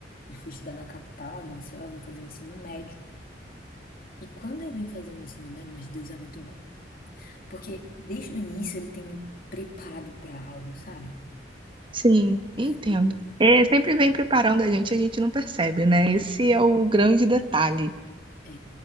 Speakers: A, on the left; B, on the right.
A: eu fui estudar na capital, em Maceió, eu vim fazer ensino médio. E quando eu vim fazer o ensino médio, mas Deus é muito bom. Porque desde o início ele tem me preparado para algo, sabe?
B: sim,
A: Perfeito.
B: entendo. É, sempre vem preparando a gente, a gente não percebe, né? Esse é o grande detalhe.
A: É,